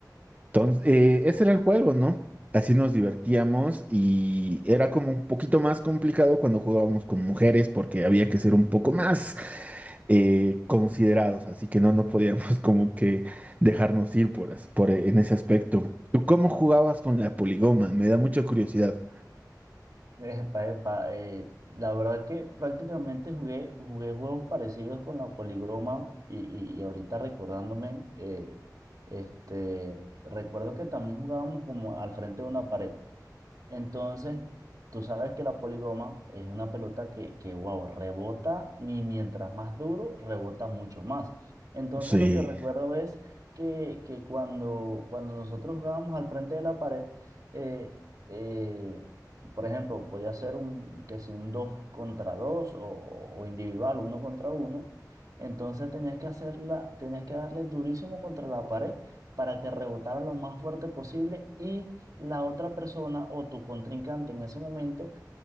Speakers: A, on the right (about 20°); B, on the right (about 55°).
A: Entonces, eh, ese era el juego, ¿no? Así nos divertíamos y era como un poquito más complicado cuando jugábamos con mujeres porque había que ser un poco más eh, considerados, así que no, no podíamos <laughs> como que dejarnos ir por, as- por e, en ese aspecto. ¿Tú cómo jugabas con la poligoma? Me da mucha curiosidad.
B: Epa, epa, eh, la verdad que prácticamente jugué, jugué juegos parecidos con la poligoma y, y- y ahorita recordándome, eh, este, recuerdo que también jugábamos como al frente de una pared. Entonces, tú sabes que la poligoma es una pelota que, que wow, rebota y mientras más duro, rebota mucho más. Entonces,
A: Sí.
B: lo que recuerdo es que, que cuando, cuando nosotros jugábamos al frente de la pared, eh, eh, por ejemplo, podía ser un, que si un 2 contra 2 o, o individual, uno contra uno, entonces tenías que hacerla, tenías que darle durísimo contra la pared para que rebotara lo más fuerte posible y la otra persona o tu contrincante en ese momento